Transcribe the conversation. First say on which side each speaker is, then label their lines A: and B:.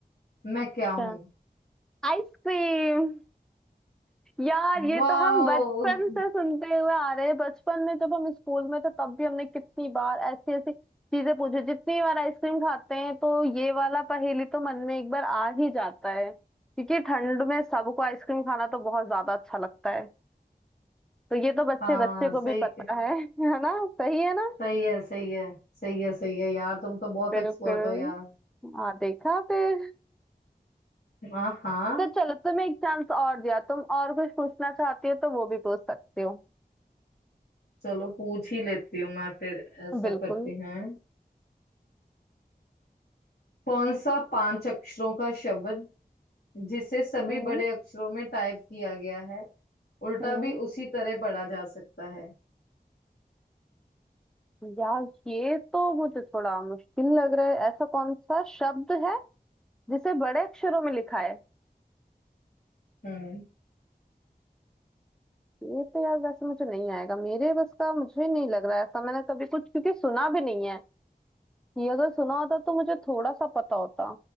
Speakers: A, on the left; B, in the centre.
A: मैं
B: अच्छा
A: क्या हूँ
B: आइसक्रीम यार ये
A: वाह
B: तो हम बचपन से सुनते हुए आ रहे हैं बचपन में जब हम स्कूल में थे तब भी हमने कितनी बार ऐसी ऐसी चीजें पूछी जितनी बार आइसक्रीम खाते हैं तो ये वाला पहेली तो मन में एक बार आ ही जाता है क्योंकि ठंड में सबको आइसक्रीम खाना तो बहुत ज्यादा अच्छा लगता है तो ये तो बच्चे
A: हाँ
B: बच्चे को
A: सही
B: भी पता है <laughs> है ना सही है ना
A: सही है सही है सही है सही है यार तुम तो बहुत
B: बिल्कुल
A: एक्सपर्ट हो यार
B: हाँ देखा फिर
A: हाँ हाँ
B: तो चलो तुम्हें एक चांस और दिया तुम और कुछ पूछना चाहती हो तो वो भी पूछ सकते हो
A: चलो पूछ ही लेती हूँ मैं फिर ऐसा
B: बिल्कुल
A: करते हैं कौन सा पांच अक्षरों का शब्द जिसे सभी
B: हम्म
A: बड़े अक्षरों में टाइप किया गया है उल्टा
B: हम्म
A: भी उसी तरह पढ़ा जा सकता है
B: यार ये तो मुझे थोड़ा मुश्किल लग रहा है ऐसा कौन सा शब्द है जिसे बड़े अक्षरों में लिखा है
A: हम्म
B: ये तो यार वैसे मुझे नहीं आएगा मेरे बस का मुझे नहीं लग रहा है ऐसा मैंने कभी कुछ क्योंकि सुना भी नहीं है ये अगर सुना होता तो मुझे थोड़ा सा पता होता